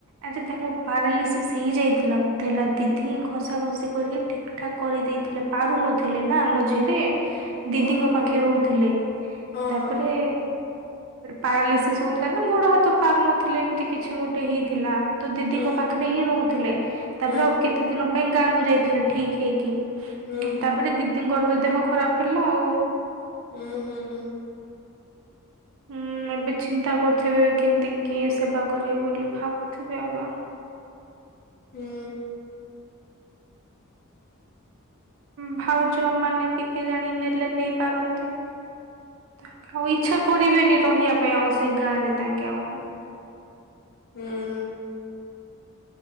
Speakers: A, on the right (about 65°); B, on the left (about 45°).
A: ଆଚ୍ଛା ତାଙ୍କ ପାରାଲିସିସ୍ ହେଇ ଯାଇଥିଲା ବୋଧେ ହେଲା ଦିଦିହିଁ ଘଷା ଘଷି କରିକି ଠିକ୍ ଠାକ୍ କରିଦେଇଥିଲେ ପାରୁ ନଥିଲେନା ମଝିରେ। ଦିଦିଙ୍କ
B: ଓହୋ
A: ପାଖେ
B: ହୋ
A: ରହୁଥିଲେ
B: ହଁ
A: ତାପରେ
B: ହଁ
A: ପାରାଲିସିସ୍ ହଉଥିଲାନା ଗୋଡ଼ ହାତ ପାରୁନଥିଲେ ଏମିତି କିଛି ଗୋଟେ ହେଇଥିଲା। ତ ଦିଦିଙ୍କ
B: ହୁଁ
A: ପାଖରେ ହିଁ ରହୁଥିଲେ ତାପରେ
B: ହୁଁ
A: ଆଉ କେତେ ଦିନ ପାଇଁ ଗାଁକୁ ଯାଇଥିଲେ ଠିକ୍ ହେଇକି।
B: ହୁଁ ହୁଁ
A: ତାପରେ
B: ହୁଁ
A: ଦିଦିଙ୍କରତ ଦେହ ଖରାପ୍ ହେଲା ଆଉ।
B: ହୁଁ ହୁଁ ହୁଁ।
A: ହୁଁ ଏବେ ଚିନ୍ତା କରୁଥିବେ କେମିତି କିଏ ସେବା କରିବ ବୋଲି ଭାବୁଥିବେ ଆକା।
B: ହୁଁ।
A: ଭାଉଜ ମାନେବି କେଜାଣି ନେଲେ ନେଇ ପାରନ୍ତି। ତାଙ୍କେ ଆଉ ଇଚ୍ଛା କରିବେନି ରହିବା ପାଇଁ ଆଉସେ ଗାଁରେ ତାଙ୍କେ ଆଉ।
B: ହୁଁ।